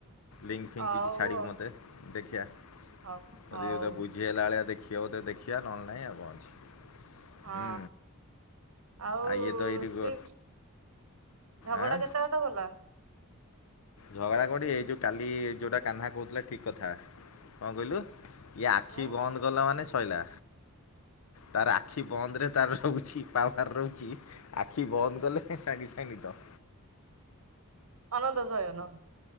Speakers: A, on the left (about 70°); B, on the right (about 70°).
A: ଲିଙ୍କ୍ ଫିକ୍
B: ହଉ
A: କିଛି ଛାଡ଼ିବୁ ମୋତେ ଦେଖିିଆ
B: ହଉ
A: ଯଦି
B: ହଉ
A: ବୁ ଇଏ ହେଲାାଳିଆ ଦେଖିବ ବୋଧେ, ଦେଖିଆ ନହେଲେ ନାହିଁ ଆଉ କଣ ଅଛି।
B: ହଁ
A: ହୁଁ
B: ଆଉ
A: ଇଏ ତ ଏଇଠି
B: ଷ୍ଟ୍ରିଟ
A: ଗୋ
B: ଝଗଡ଼ା
A: ଆଁ
B: କେତେ କେ ଭଲା।
A: ଝଗଡ଼ା କୋଉଡି ଏଇ ଯୋଉ କାଲି ଯୋଉଟା କାହ୍ନା କହୁଥିଲା ଠିକ୍ କଥା କଣ କହିଲୁ। ଇଏ ଆଖି
B: ଆଁ
A: ବନ୍ଦ କଲା ମାନେ ଶଇଲା ତାର ଆଖି ବନ୍ଦରେ ତାର ରହୁଛି ପାୱାର ରହୁଛି ଆଖି ବନ୍ଦ କଲେ ସଙ୍ଗେ ସଙ୍ଗେ ନିଦ।
B: ଆନନ୍ତ ଶୟନ।